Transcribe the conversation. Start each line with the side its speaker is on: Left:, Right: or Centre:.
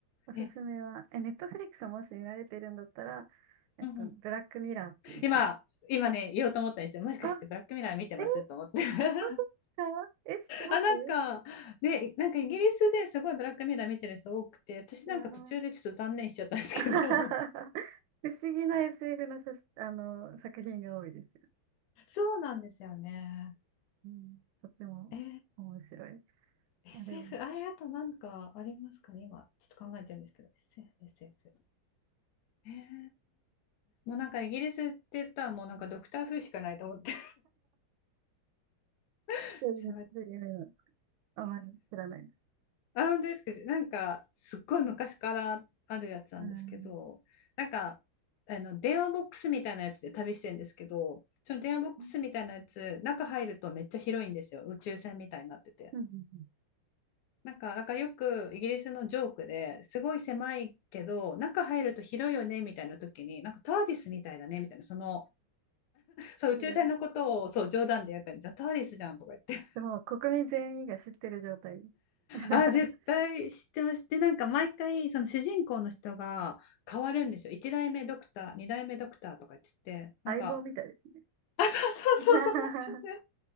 Right: おすすめは、
Left: ー、え、
Right: え、ネットフリックスもし見られてるんだったら、えっと、
Left: うん、うん。
Right: ブラックミラーっていうフィ
Left: 今、今ね、言おうと思ったんですよ。もしかしてブラックミラー見てますと思って。
Right: あ、えー、
Left: <laughs>
Right: 本当ですかえ、知ってます
Left: あ、なんか、ね、なんかイギリスですごいブラックミラー見てる人多くて、私なんか途中でちょっと断念しちゃったんですけど。
Right: いやー <laughs> 不思議な SF の写真、あの、作品が多いです。
Left: <laughs> そうなんですよね。
Right: うん、とっても面白い。
Left: えー、SF、
Right: あれは、
Left: あれ、あとなんかありますかね、今、ちょっと考えてるんですけど、SF、SF。へえもうなんかイギリスって言ったらもうなんかドクター風しかないと思って。<laughs>
Right: そうですそういう夢なの。
Left: そう
Right: あまり知らないです。
Left: あ、本当ですか。なんか、すっごい昔からあるやつなんですけど、
Right: あー
Left: なんか、あの、電話ボックスみたいなやつで旅してるんですけど、その電話ボックスみたいなやつ、
Right: うん
Left: 中入るとめっちゃ広いんですよ。宇宙船みたいになってて。
Right: うんうん
Left: なんか、なんかよくイギリスのジョークですごい狭いけど、中入ると広いよねみたいな時に、なんかターディスみたいだねみたいな、その、そう、宇宙船のことをそう冗談でやったんですよ。
Right: それ、
Left: ターディスじゃんとか言って。
Right: でも国民全員が知ってる状態です。<laughs>
Left: あ、絶対知ってます。で、なんか毎回、その主人公の人が変わるんですよ。1代目ドクター、2代目ドクターとか言ってて、なんか、
Right: 相棒みたいです。
Left: あ、そうそうそう、
Right: <laughs>
Left: そんな感じ。